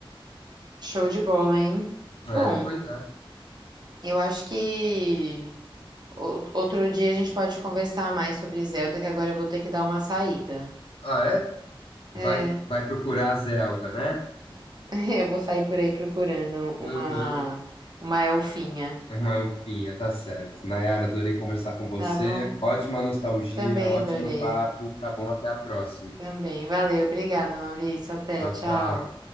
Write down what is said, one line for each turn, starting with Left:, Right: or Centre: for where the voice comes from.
Right: Show de bola, hein?
Left: É,
Right: Bom,
Left: pois é.
Right: eu acho que o- outro dia a gente pode conversar mais sobre Zelda, que agora eu vou ter que dar uma saída.
Left: Ah, é? Vai,
Right: É,
Left: vai procurar a Zelda, né?
Right: <laughs> eu vou sair por aí procurando uma,
Left: Uhum.
Right: uma elfinha.
Left: Uma ufinha tá certo. Nayara, adorei conversar com você.
Right: Tá bom?
Left: Ótima nostalgia,
Right: Também
Left: ótimo
Right: adorei.
Left: papo. Tá bom, até a próxima.
Right: Também. Valeu, obrigada, Maurício. Até,
Left: Tchau,
Right: tchau.
Left: tchau.